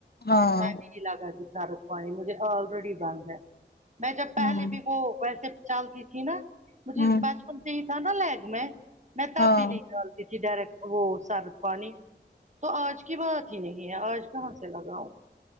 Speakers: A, on the left (about 60°); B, on the right (about 40°).
A: ہاں
B: میں بھی نہیں لگا کہ سار پے پانی مجھے آلریڈی بند ہے میں جب پہلے
A: ہوں
B: بھی وہ ویسے چلتی تھی نا مجھے
A: ہوں
B: بچپن صیح تھا نا لائگ میں تب
A: ہاں
B: بھی نہیں ڈالتی تھی ڈائریکٹ وہ سر پانی تو آج کی بات ہی نہیں ہے آج کہاں سے لگاؤں